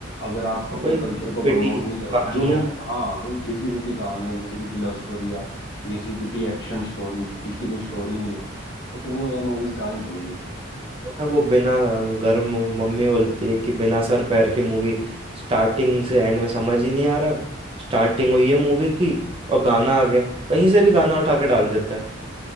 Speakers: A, on the left (about 60°); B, on the right (about 30°).
A: अगर आप अपने
B: वही
A: कल्चर को
B: बेटी
A: प्रमोट नहीं करोगे
B: कहानियाँ
A: जो लोग हाँ वो घिसी पिटी कहानी है घिसी पिटी लव स्टोरी या घिसी पिटी एक्शन स्टोरी जिसकी कोई स्टोरी नहीं है तो फिर वो यार मूवीज कहाँ ही चलेगी
B: वरना वो बिना अम, घर म- मम्मी बोलती है कि बिना सर पैर की मूवी स्टार्टिंग से एंड में समझ ही नहीं आ रहा स्टार्टिंग हुई है मूवी की और गाना आ गया कहीं से भी गाना उठा के डाल देते हैं